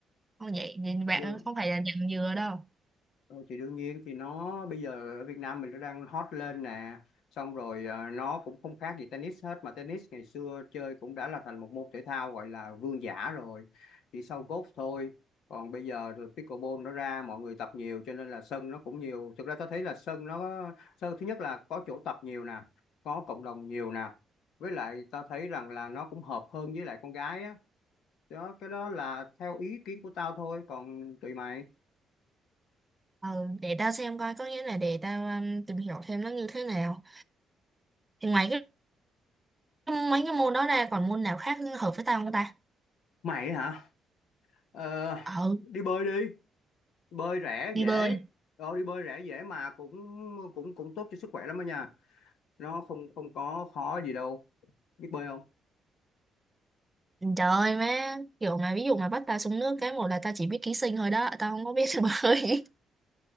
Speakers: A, on the right; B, on the left.
A: không vậy thì bạn
B: Được.
A: không phải là nhận dừa đâu
B: Ờ, thì đương nhiên thì nó bây giờ ở Việt Nam mình nó đang hot lên nè xong rồi à, nó cũng không khác gì tennis hết mà tennis ngày xưa chơi cũng đã là thành một môn thể thao gọi là vương giả rồi chỉ sau golf thôi còn bây giờ rồi pickleball nó ra mọi người tập nhiều cho nên là sân nó cũng nhiều thực ra tôi thấy là sân nó sân thứ nhất là có chỗ tập nhiều nè có cộng đồng nhiều nè với lại tao thấy rằng là nó cũng hợp hơn với lại con gái á đó cái đó là theo ý kiến của tao thôi còn tùy mày
A: ừ, để tao xem coi có nghĩa là để tao um, tìm hiểu thêm nó như thế nào thì ngoài cái mấy cái môn đó ra còn môn nào khác hợp với tao không ta
B: mày hả Ờ,
A: ừ
B: đi bơi đi bơi rẻ
A: đi
B: dễ
A: bơi
B: đó đi bơi rẻ dễ mà cũng cũng cũng tốt cho sức khỏe lắm đó nha nó không không có khó gì đâu biết bơi không
A: Trời ơi má, kiểu mà ví dụ mà bắt ta xuống nước cái một là ta chỉ biết ký sinh thôi đó, tao không có biết <laughs> bơi.